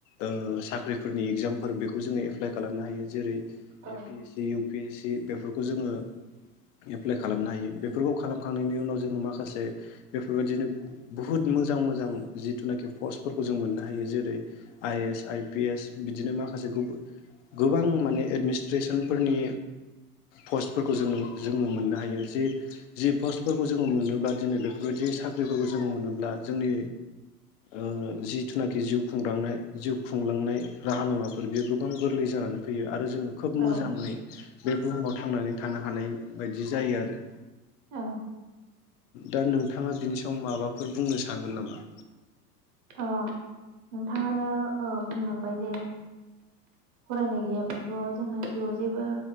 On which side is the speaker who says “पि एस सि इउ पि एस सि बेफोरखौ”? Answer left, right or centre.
Left